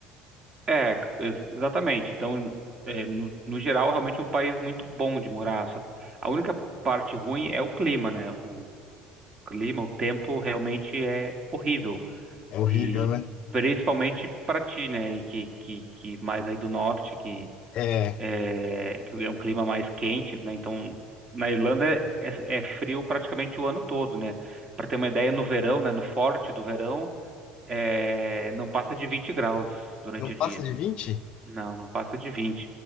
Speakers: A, on the right (about 35°); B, on the left (about 50°).
A: É, ex- exatamente. Então, é, no, no geral, realmente é um país muito bom de morar. Só, a única parte ruim é o clima, né? O clima, o tempo realmente é horrível.
B: É horrível,
A: E
B: né?
A: principalmente para ti, né? E que, que, que mais aí do norte,
B: É,
A: é, que é um clima mais quente, né? Então, na Irlanda é, é frio praticamente o ano todo, né? Para ter uma ideia, no verão, né? No forte do verão, é, não passa de 20 graus durante
B: não
A: o
B: passa
A: dia.
B: de vinte
A: Não, não passa de 20.